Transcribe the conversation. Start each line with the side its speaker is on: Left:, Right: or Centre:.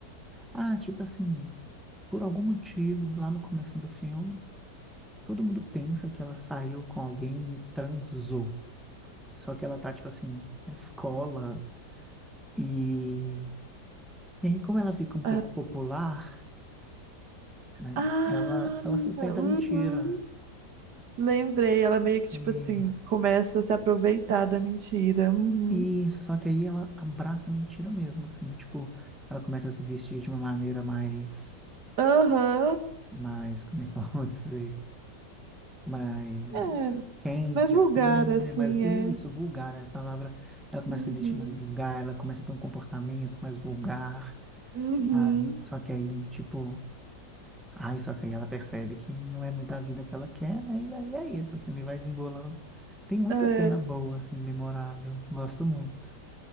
Centre: Ah, tipo assim, por algum motivo, lá no começo do filme, todo mundo pensa que ela saiu com alguém e transou. Só que ela tá, tipo assim, na escola e... E aí, como ela fica um pouco
Right: Ah,
Centre: popular, né?
Right: ah,
Centre: Ela, ela sustenta
Right: uhum.
Centre: a mentira.
Right: Lembrei, ela meio que, tipo
Centre: E
Right: assim, começa a se aproveitar da mentira. Uhum.
Centre: isso, só que aí ela abraça a mentira mesmo, assim, tipo, ela começa a se vestir de uma maneira mais,
Right: Aham.
Centre: mais, como é que eu vou dizer? mais
Right: É,
Centre: quente,
Right: mais vulgar,
Centre: assim,
Right: assim,
Centre: né? Mais, isso,
Right: é.
Centre: vulgar, né? A palavra, ela começa
Right: Uhum.
Centre: a se vestir mais vulgar, ela começa a ter um comportamento mais vulgar,
Right: Uhum.
Centre: sabe? Só que aí, tipo, ai, só que aí ela percebe que não é muita vida que ela quer, né? E aí é isso, o filme vai desembolando. Tem muita
Right: É.
Centre: cena boa, assim, memorável. Gosto muito.